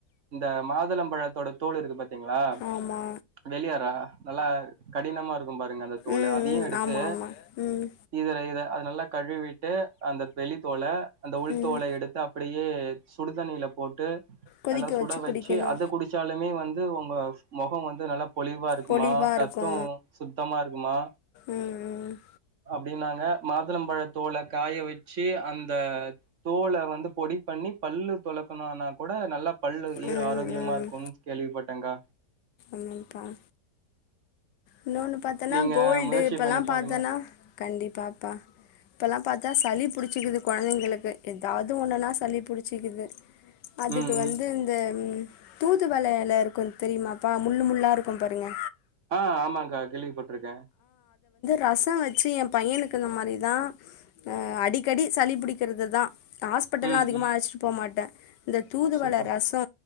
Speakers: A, on the right (about 50°); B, on the left (about 85°).
A: இந்த மாதுளம்பழத்தோட தோல் இருக்கு பாத்தீங்களா
B: ஆமா
A: வெளியறா நல்லா கடினமா இருக்கும் பாருங்க அந்த தோலு
B: ம்
A: அதியு
B: ம்
A: எடுத்து
B: ஆமா ஆமா ம்
A: இதுற இத அது நல்லா கழுவி ட்டு அந்த வெளி தோல அந்த உள்தோல
B: ம்
A: எடுத்து அப்டியே சுடுதண்ணியில போட்டு
B: கொதிக்க
A: நல்லா சுட வச்சு
B: குடிக்கணு
A: அத குடிச்சாலுமே வந்து உங்க மொகொ வந்து நல்லா பொலிவா இருக்குமா
B: பொலிவா
A: ரத்தொ
B: இருக்கு
A: சுத்தமா இருக்குமா
B: ம் ம்
A: அப்டின்னாங்க மாதுளம்பழத் தோல காய வெச்சி அந்த தோல வந்து பொடி பண்ணி பல்லு தொலக்குனோன்னாக் கூட நல்லா க பல்லு
B: ம்
A: ஈர் ஆரோக்கியமா
B: ம்
A: இருக்கூன் கேள்விப்பட்டங்க்கா
B: ஆமாப்பா இன்னொன்னு பாத்தனா
A: நீங்க
B: கோல்டு
A: முயற்சி
B: இப்பல்லா
A: பண்ணி பாருங்க
B: பாத்தனா கண்டிப்பாப்பா இப்பல்லா பாத்தா சளி புடிச்சிக்கிது கொழந்தைங்களுக்கு ஏதாது ஒண்ணுன்னா சளி புடிச்சிக்கிது அதுக்கு
A: ம் ம்
B: வந்து இந்த தூதுவள எல இருக்கு தெரியுமா ப்பா முள்ளு முள்ளா இருக்கும் பாருங்க
A: ஆ ஆமாங்க்கா கேள்விப்பட்ருக்க
B: ரசொ வெச்சி ஏம் பையனுக்கு அந்த மாரி தா ஆ அடிக்கடி சளி புடிக்கிறது தா ஆஸ்பிட்டல்லா
A: ம்
B: அதிகமா
A: ம்
B: அழச்சிட்டு போமாட்ட இந்த தூதுவள
A: சூப்பர்
B: ரசொ